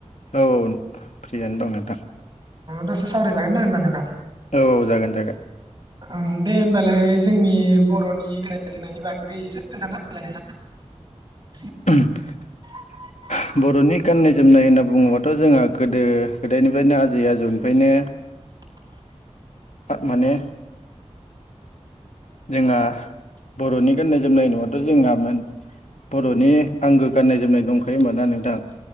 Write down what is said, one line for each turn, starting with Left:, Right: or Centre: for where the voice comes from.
Left: औ औ फ्रियानो दं नोंथां।
Right: दसे सावराय जागोना होनबा नोंथां।
Left: औ जागोन जागोन।
Right: ओं दे होमबालाय जोंनि बर'नि गानाय जोयनायनि बागै एसे खोन्थाना होलाय नोंथां। <inaudible>
Left: <unintelligible>
Right: <inaudible>
Left: बर'नि गाननाय जोमनाय होनना बुङोबाथ' जोंहा गोदो गोदायनिफ्रायनो आजै आजौनिफ्रायनो
Right: <inaudible>
Left: माने। जोंङा बर'नि गाननाय जोमनाय न'आथ' जोंङा मोन बर'नि आंगो गाननाय जोमनाय दंखायो होमबाना नोंथां।